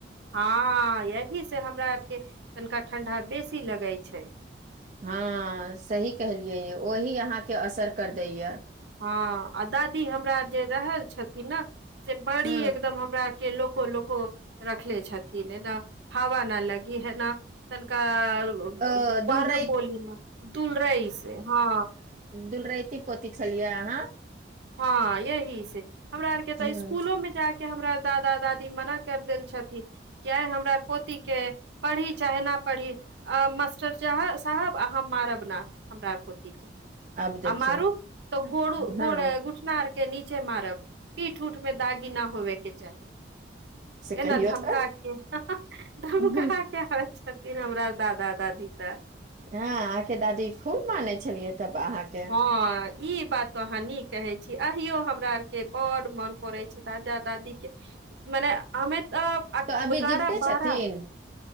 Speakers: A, on the right; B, on the right.
A: हँ यही से हमरा आर के तनिका ठंडा बेसी लगै छय
B: हँ सही कहलिय यै ओही अहाॅंके असर कर देै या
A: हँ आ दादी हमरा जे रहल छथिन न से बड़ी
B: ह
A: एकदम हमरा के लोको - लोको रखले छथिन्ह ऐना हवा न लगी हेना तनिका ब ब
B: ओ दुलराति
A: बात बोली न तूलरै से हँ
B: दुलरैतीन पोती छलियै आहाँ
A: हँ यही से हमरा आर के तऽ
B: हूँ
A: स्कूलो में जा के हमरा दादा - दादी मना कर देल छथि जे हमरा पोती के पढ़ी चाहे न पढ़ी आ मास्टर चाहे साहब अहाॅं मारब नै हमरा पोतीके
B: आब देखियौ
A: आ मारु त गोरु
B: हँ
A: गोरे घुटना आर के नीचे मारब पीठ उठ मे दागी न होबे के चाही
B: से
A: एना
B: कहियौ
A: धमकाइ
B: तऽ
A: के हॅं हाॅं धमका
B: हूँ
A: के आबै छथिन हमरा दादा- दादी के
B: हाॅं अहाँके दादी खूब माने छलियै तब अहाँके
A: हँ ई बात त अहाॅं नीक कहै छी अहियो हमरा आरके बड मन पड़ै छै दादा दादीके मन्ने हम्मे तऽ अठ
B: तऽ अभी
A: एगारह
B: जीविते छथिन
A: बारह